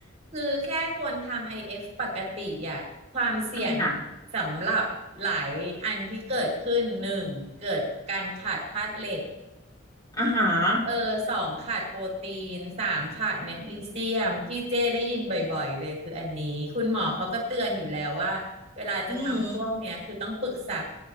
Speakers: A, on the right; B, on the left.
A: คือแค่คนทำ IF ปกติอ่ะความเสี่ยง
B: อ่า
A: สำหรับหลายอันที่เกิดขึ้นหนึ่งเกิดการขาดธาตุเหล็ก
B: อาฮะา
A: เออสองขาดโปรตีนสามขาดแมกนีเซียมที่เจ้ได้ยินบ่อยๆเลยคืออันนี้คุณหมอเขาก็เตือนอยู่แล้วว่าเวลาจะทำพวกเนี้ยคือต้องปรึกษา
B: อืม